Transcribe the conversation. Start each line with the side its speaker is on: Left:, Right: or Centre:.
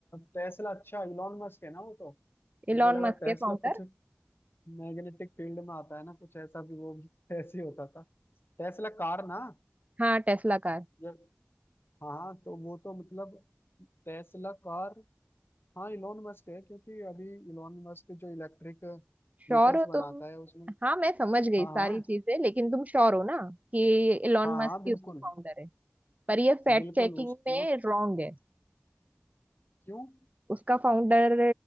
Left: टेस्ला अच्छा इलॉन मस्क है ना वो तो
Right: इलॉन
Left: मुझे लगा
Right: मस्क
Left: टेस्ला
Right: के फाउंडर
Left: कुछ मैग्नेटिक फील्ड में आता है ना कुछ ऐसा भी वो भी <laughs> ऐसे ही होता था टेस्ला कार ना
Right: हाँ टेस्ला का
Left: ये हाँ हाँ, तो वो तो मतलब टेस्ला कार हाँ इलोन मस्क है क्योंकि अभी इलोन मस्क जो इलेक्ट्रिक व्हीकल्स
Right: श्योर हो
Left: बनाता
Right: तुम
Left: है उसमें
Right: हाँ मैं समझ गई
Left: हाँ
Right: सारी
Left: हाँ
Right: चीजें लेकिन तुम श्योर हो ना कि इलॉन
Left: हाँ
Right: मस्क
Left: हाँ बिल्कुल
Right: ही उसका फाउंडर है पर ये फैक्ट
Left: बिल्कुल
Right: चेकिंग
Left: उस
Right: में
Left: वो
Right: रॉन्ग है
Left: क्यों
Right: उसका फाउंडर